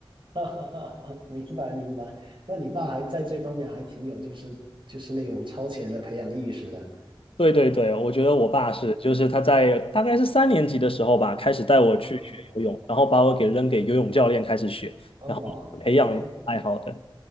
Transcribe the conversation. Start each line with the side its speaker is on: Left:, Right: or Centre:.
Right: <laughs> 明白明白。那你爸还在这方面还挺有，就是就是那种超前的培养意识的。
Left: 对对对，我觉得我爸是，就是他在大概是三年级的时候吧，开始带我去学游泳，
Right: 哦
Left: 然后把我给扔给游泳教练开始学，
Right: 哦，OK，
Left: 然后培养爱好的。